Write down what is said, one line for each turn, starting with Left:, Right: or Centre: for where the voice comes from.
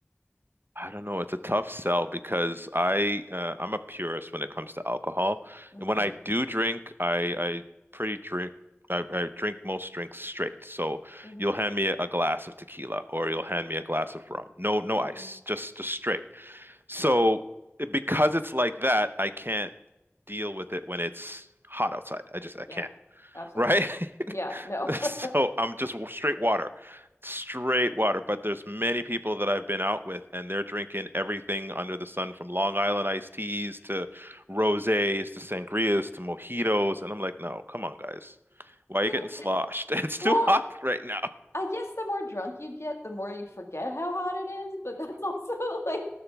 Right: I don't know. It's a tough sell because I uh, I'm a purist when it comes to alcohol,
Left: hmm
Right: and when I do drink, I I pretty drink I, I drink most drinks straight. So
Left: hmm
Right: you'll hand me a glass of tequila or you'll hand me a glass of rum. No no
Left: hmm
Right: ice, just just straight. So because it's like that, I can't deal with it when it's hot outside. I just I
Left: Yeah,
Right: can't.
Left: absolutely.
Right: Right?
Left: Yeah,
Right: <laughs>
Left: no.
Right: <laughs> So
Left: <laughs>
Right: I'm just w- straight water, straight water. But there's many people that I've been out with, and they're drinking everything under the sun, from Long Island iced teas to rosés to sangrias to mojitos, and I'm like, no, come on, guys, why
Left: You
Right: are you getting
Left: know,
Right: sloshed? <laughs> It's too
Left: well,
Right: hot right now.
Left: I guess the more drunk you get, the more you forget how hot it is, but that's also <laughs> like